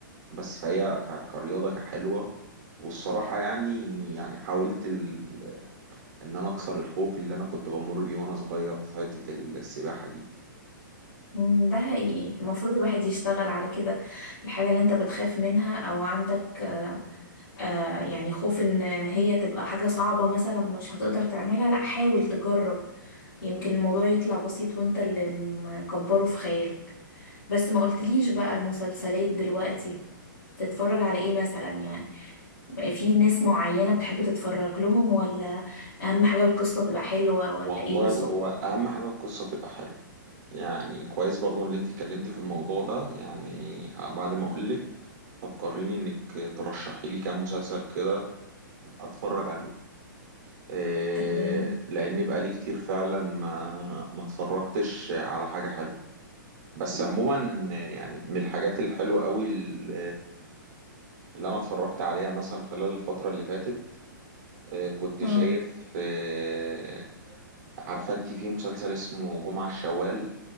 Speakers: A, on the right; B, on the left.
A: بس فهي ك- كرياضة كحلوة والصراحة يعني يعني حاولت ال... إن أنا أكسر الخوف اللي أنا كنت بمر بيه وأنا صغير في حتة السباحة دي
B: مم، ده حقيقي المفروض الواحد يشتغل على كده الحاجة اللي انت بتخاف منها او عندك آه يعني خوف ان هي تبقى حاجة صعبة مثلا مش هتقدر تعملها لا حاول تجرب يمكن الموضوع يطلع بسيط وانت اللي مكبره في خيالك بس ما قلتليش بقى المسلسلات دلوقتي تتفرج على ايه مثلا يعني في ناس معينة بتحب تتفرج لهم ولا اهم حاجة القصة تبقى حلوة ولا
A: والله
B: ايه بالظبط
A: هو أهم حاجة القصة تبقى حلوة يعني كويس برضو اللي أنت اتكلمتي في الموضوع ده يعني ه- بعد ما أقولك فكريني إنك ترشحي لي كام مسلسل كده أتفرج عليه إيه...
B: تمام
A: لأن بقالي كتير فعلا ما ما اتفرجتش على حاجة حلوة بس عموما يعني من الحاجات الحلوة قوي ال- اللي أنا اتفرجت عليها مثلا خلال الفترة اللي فاتت آه، كنت
B: اه
A: شايف آه، عارفة أنت في مسلسل اسمه جمعة الشوال